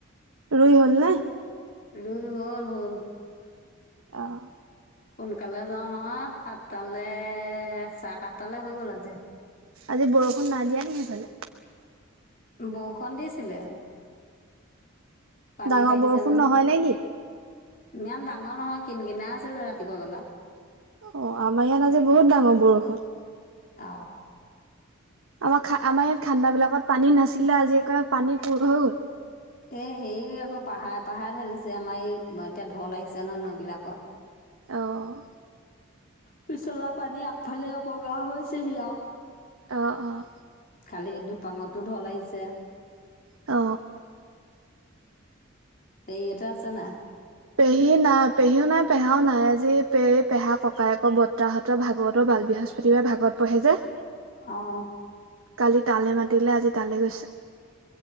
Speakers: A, on the right; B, on the left.
A: ৰুই হল নে।
B: ৰুই হ'ল হ'ল।
A: অঁ
B: সোনকালে যাওঁ নহয় সাতটালে চাহ সাতটালে হৈ গ'ল আজি।
A: আজি বৰষুণ নাই দিয়া নি সেইফালে।
B: বৰষুণ দিছিলে, পানী
A: ডাঙৰ
B: বাঢ়িছে
A: বৰষুণ
B: নহয়।
A: নে কি?
B: ইমান ডাঙৰ নহয় কিন কিনা আছিলে ৰাতিপুৱা বেলা।
A: অ আমাৰ ইয়াত আজি বহুত ডাঙৰ বৰষুণ।
B: অ
A: আমাৰ খা আমাৰ ইয়াত খাণ্ডা বিলাকত পানী নাছিলে আজি আকৌ পানী পূৰ হৈ গ'ল।
B: এই হেৰি আকৌ পাহাৰে পাহাৰে ঢালিছে আমাৰ এই এতিয়া ঢল আহিছে নহয় নৈবিলাকত।
A: অঁ
B: পিছলা পানী আগফালে বগা হৈছে সি আৰু।
A: অঁ অঁ
B: কালি দুপাঙতো ঢল আহিছে।
A: অ
B: সেইহতে আছে নাই।
A: পেহী নাই পেহীও নাই পেহাও নাই আজি পেই পেহা ককাই আকৌ বৰ্তাহত ভাগৱতৰ বাল বৃহস্পতিবাৰে ভাগবত পঢ়ে যে।
B: অ
A: কালি তালে মাতিলে আজি তালৈ গৈছে।